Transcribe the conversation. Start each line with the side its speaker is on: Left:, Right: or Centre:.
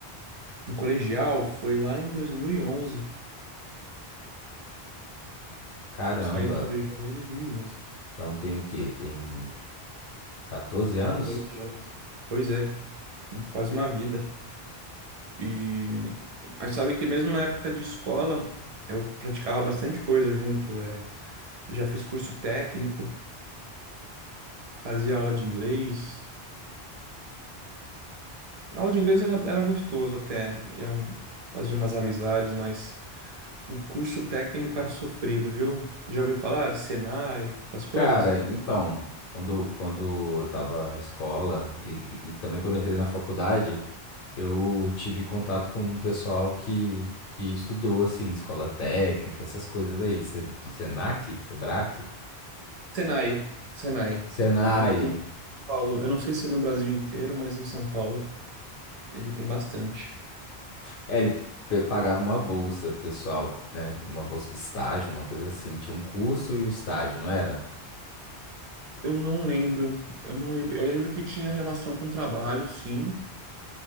Right: no colegial foi lá em 2011.
Left: Caramba,
Right: Saí do colegial lá em 2011.
Left: então tem o quê? Tem 14 anos?
Right: 14 anos. Pois é, quase uma vida. E mas sabe que mesmo na época de escola eu praticava bastante coisa junto. É, já fiz curso técnico, fazia aula de inglês, A aula de inglês era, era gostoso até, eu fazia umas amizades, mas o curso técnico era sofrido, viu? Já ouviu falar de Senai, essas coisas?
Left: Cara, então, quando, quando eu tava na escola e, e também quando eu entrei na faculdade, eu tive contato com um pessoal que, que estudou, assim, escola técnica, essas coisas aí, Se- Senac, Sebrac,
Right: Senai, Senai,
Left: Senai.
Right: é um que tem em São Paulo. Eu não sei se é no Brasil inteiro, mas em São Paulo ele tem bastante.
Left: É, ele pe- pagava uma bolsa, pro pessoal, né? Uma bolsa de estágio, uma coisa assim. Tinha um curso e um estágio, não era?
Right: Eu não lembro, eu não lembro. Eu lembro que tinha relação com trabalho, sim,